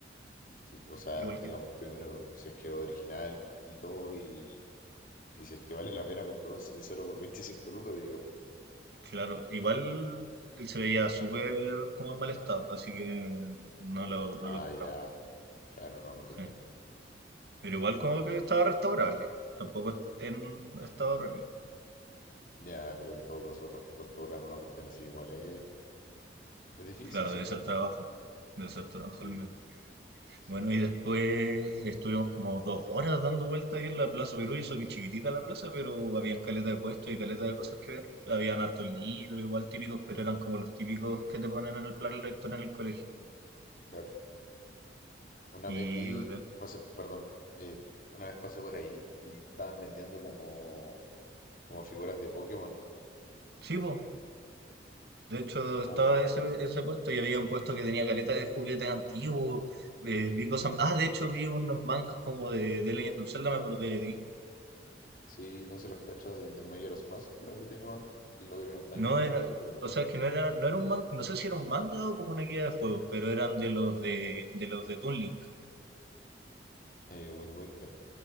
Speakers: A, on the left; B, on the right.
A: ti- O sea,
B: igual
A: digamos, primero si es que es original y todo, y, y si es que vale la pena comprar un cenicero por 25 lucas, digamos.
B: Claro, igual él se veía súper como en mal estado, así que no lo, no
A: Ah,
B: lo compramos.
A: ya, claro, no, mejor
B: Sí.
A: que no,
B: Pero igual
A: mejor
B: como
A: que
B: que
A: no.
B: estaba restaurable, tampoco en estado horrible.
A: Ya, pero en todo caso, re- restaurar una cuestión así igual es, es difícil,
B: Claro,
A: según
B: debe ser
A: yo.
B: trabajo, debe ser trabajo
A: Sí,
B: al menos.
A: bo, sí,
B: Bueno, y después estuvimos como dos horas dando vueltas ahí en la Plaza Perú, y eso que chiquitita la plaza, pero habían caleta de puestos y caleta de cosas que ver. Habían hartos libros, igual típicos, pero eran como los típicos que te ponen en el plan lector en el colegio.
A: claro. Una
B: Y
A: vez vi,
B: eh,
A: pasé, perdón, eh, una vez pasé por ahí y estaban vendiendo como, como figuras de Pokémon,
B: sí, pues, De hecho,
A: como
B: estaba
A: que al-
B: ese, ese puesto y había un puesto que tenía caleta de juguetes antiguos. eh, vi cosas. Ah, de hecho, vi unos mangas como de, de Legend of Zelda, me acordé de ti.
A: Sí, no se los cacha del de Majora's Mask, creo que tiene manga. El Ocarina of Time igual,
B: No era.
A: pero
B: O sea, es que no era, no era un manga. No sé si era un manga o como una guía de juegos, pero eran de los de, de los de Toon Link.
A: eh, Wind Waker.